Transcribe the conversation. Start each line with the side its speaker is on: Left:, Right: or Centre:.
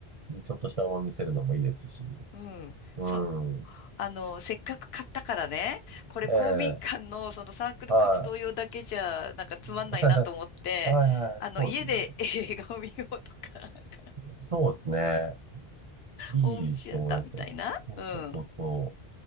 Right: にちょっとしたもの見せるのもいいですし。
Left: うん。
Right: うん。
Left: そう。あの、せっかく買ったからね、これ公民館のそのサークル活動用だけじゃなんかつまんないなと思って、
Right: ええ、はい。<laughs> はいはい、
Left: あの、
Right: そうですね。
Left: 家で <laughs> 映画を見ようとか、なんか
Right: そうですね。いいと思いますよ。
Left: ホームシアターみたいな。
Right: そうそうそうそう。
Left: うん。